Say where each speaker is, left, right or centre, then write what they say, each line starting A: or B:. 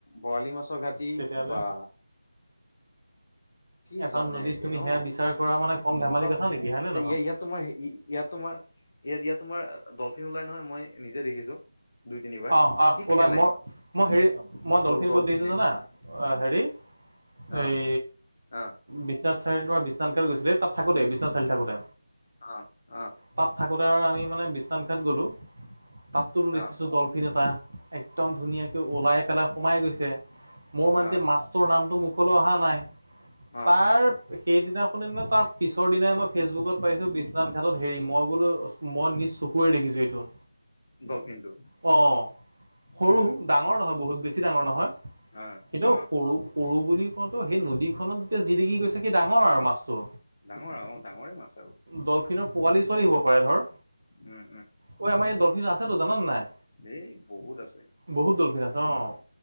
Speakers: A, on the left; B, on the right.
A: বৰালি মাছৰ ঘাটি,
B: তেতিয়াহ'লে
A: বা কি
B: এখন
A: জানে
B: নদীত
A: একে,
B: তুমি সেয়া
A: অ,
B: বিচাৰ কৰা মানে কম ধেমালি
A: মই তাত
B: কথা নেকি হয়নে নহয়?
A: ইয়া-ইয়া-ইয়াত তোমাৰ ইয়াত তোমাৰ ইয়াত, ইয়াত তোমাৰ ডলফিন ওলাই নহয় মই নিজে দেখিছো৷ দুই তিনিবাৰ
B: অ', অ',
A: কি
B: ওলাই
A: খেলে
B: মই-মই হেৰি মই
A: ডল
B: ডলফিন
A: ডলফিনে
B: ক'ত দেখিছোঁ জানা? হয়, অ, হেৰি
A: অ
B: এই
A: অ
B: বিশ্বনাথ চাৰিআলি তোমাৰ বিশ্বনাথ <unintelligible> থাকোতে বিশ্বনাথ চাৰি থাকোতে,
A: অ', অ',
B: তাত থাকোতে। আমি মানে বিশ্বনাথ ঘাট গ'লো, তাতটোতো
A: অ',
B: দেখিছোঁ ডলফিন এটা একদম ধুনীয়াকে ওলাই পেলাই সোমাই গৈছে, মোৰ
A: অ',
B: মানে এতিয়া মাছটোৰ নামটো মুখলৈ অহা নাই৷
A: অ',
B: তাৰ সেইদিনাখনে নো তাৰ পিছৰ দিনাই মই ফেচবুকত পাইছোঁ বিশ্বনাথ ঘাটত হেৰি মই বোলো মই নিজ চকুৰে দেখিছোঁ এইটো
A: ডলফিনটো
B: অ, সৰু,
A: উম,
B: ডাঙৰ নহয়, বহুত বেছি ডাঙৰ নহয়৷
A: অ',
B: কিন্তু
A: অ',
B: সৰু সৰু বুলি কওঁতো সেই নদীখনত যেতিয়া জিলিকি গৈছে সি ডাঙৰ আৰু৷ অ,
A: ডাঙৰ অ', ডাঙৰে মাছ আৰু
B: ডলফিনৰ পোৱালি চোৱালি হ'ব পাৰে ধৰ৷
A: উম,
B: ঐ আমাৰ ইয়াত ডলফিন আছেতো জাননে নাই?
A: এ, বহুত আছে৷
B: বহুত ডলফিন আছে অ',